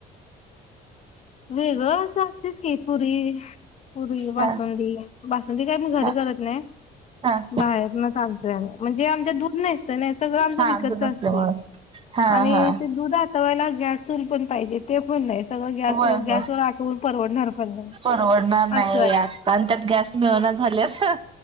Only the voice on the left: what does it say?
वेगळं असं असतेच की पुरी पुरी, बासुंदी
बासुंदी काय मी घरी
करत नाही,
बाहेरूनच आण म्हणजे आमच्यात दुध नसतंय ना सगळं आमच
विकतच
असतंय,
आणि
ते दुधात तवयला गॅस चूल पण पाहिजे ते पण नाही सगळं गॅस
गॅसवर
आटवून परवडणार पण नाही,
असं
आहे.